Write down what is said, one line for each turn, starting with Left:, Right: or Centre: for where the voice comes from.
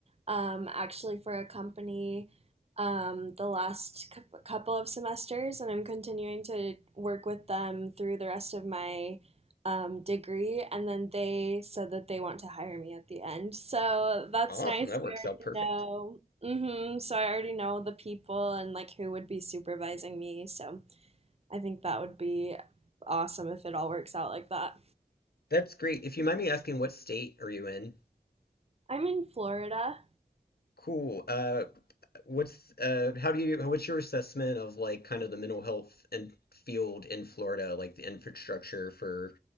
Right: um, actually for a company, um, the last cou- couple of semesters, and I'm continuing to work with them through the rest of my um, degree. And then they said that they want to hire me at the end, so that's
Left: Awesome.
Right: nice.
Left: That works
Right: I
Left: out
Right: already
Left: perfect.
Right: know. hmm So I already know the people and like who would be supervising me. So I think that would be awesome if it all works out like that.
Left: That's great. If you mind me asking, what state are you in?
Right: I'm in Florida.
Left: Cool. Uh, what's uh, how do you what's your assessment of like kind of the mental health and field in Florida, like the infrastructure for